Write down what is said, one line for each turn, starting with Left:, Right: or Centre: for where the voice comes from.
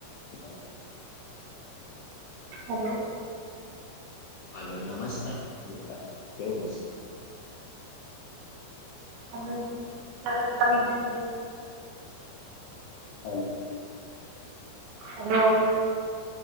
Left: <inaudible>
Right: Hello
Left: hello નમસ્કાર મિત્ર, કેવું છે?
Right: હલો સરસ તમે કેમ છો?
Left: Hello
Right: hello.